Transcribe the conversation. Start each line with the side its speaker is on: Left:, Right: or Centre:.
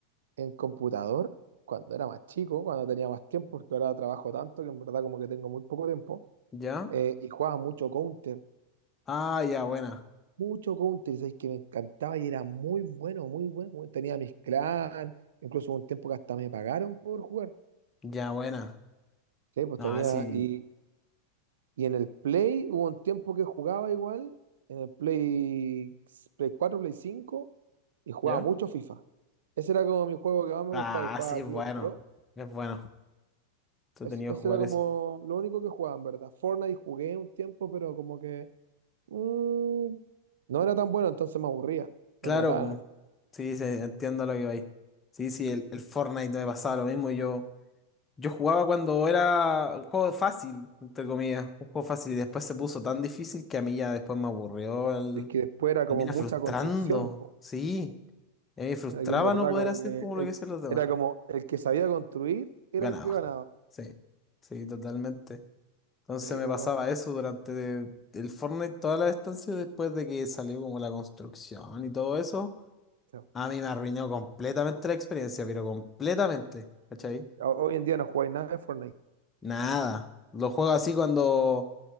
Right: en computador, cuando era más chico, cuando tenía más tiempo, porque ahora trabajo tanto que en verdad como que tengo muy poco tiempo.
Left: ¿Ya?
Right: eh, y jugaba mucho Counter.
Left: Ah, ya, buena.
Right: Mucho country, ¿sabes? Que me encantaba y era muy bueno, muy bueno. bueno, Tenía mis clan, incluso hubo un tiempo que hasta me pagaron por jugar.
Left: Ya, buena.
Right: Sí, pues
Left: Ah,
Right: tenía.
Left: sí.
Right: Y, y en el Play hubo un tiempo que jugaba igual, en el Play, Play 4 Play cinco y jugaba
Left: ¿Ya?
Right: mucho FIFA. Ese era como mi juego que más me
Left: Ah,
Right: gustaba, que jugaba
Left: sí, es
Right: Clubes
Left: bueno.
Right: Pro.
Left: Es bueno. Entretenido
Right: Es- ese
Left: jugar
Right: era como
Left: eso.
Right: lo único que jugaba, en verdad. Fortnite jugué un tiempo, pero como que mm, no era tan bueno, entonces me aburría.
Left: Claro,
Right: Me mataban.
Left: pues. Sí, sí, entiendo lo que vais. Sí, sí, el, el Fortnite me pasaba lo mismo. Yo, yo jugaba cuando era un juego fácil, entre comillas. Un juego fácil. Y después se puso tan difícil que a mí ya después me aburrió. El...
Right: Es que después era
Left: Termina
Right: como mucha
Left: frustrando.
Right: construcción, po.
Left: Sí. A mí me frustraba
Right: Era que en verdad
Left: no poder
Right: como
Left: hacer
Right: que
Left: como
Right: él-
Left: lo que hacían los demás.
Right: era como el que sabía construir era
Left: Ganaba.
Right: el que ganaba.
Left: Sí, sí, totalmente. Entonces
Right: Sí,
Left: me
Right: pero
Left: pasaba
Right: o
Left: eso durante el Fortnite, toda la estancia, después de que salió como la construcción y todo eso.
Right: sea,
Left: A mí me arruinó completamente la experiencia, pero completamente. ¿Cachai?
Right: ho- hoy en día no jugáis nada de Fortnite.
Left: Nada. Lo juego así cuando